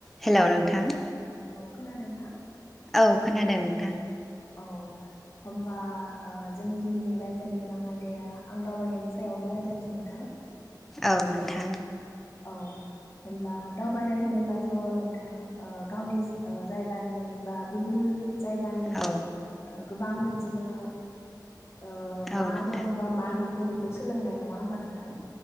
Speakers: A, in the centre; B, on the left.
A: हेल' नोंथां।
B: खोनादों ना?
A: औ खोनादों नोंथां।
B: औ होमबा ओ जोंनि दिनैनि रायज्लायनो गोनां आयदाया आं दावबायनायनि सायावनो रायज्लायनोसै नोंथां।
A: औ नोंथां
B: औ होनब्ला दावबायनाय होनोब्ला थ' नोंथां ओ गावनि ओ जायगानि बा गुबुन जायगानि
A: औ
B: ओ गोबां बिदिनो ओ
A: औ
B: मा
A: नोंथां
B: दं बा मा नु खौ बेखौ सोलोंनाय। नङा होमबा नोंथां?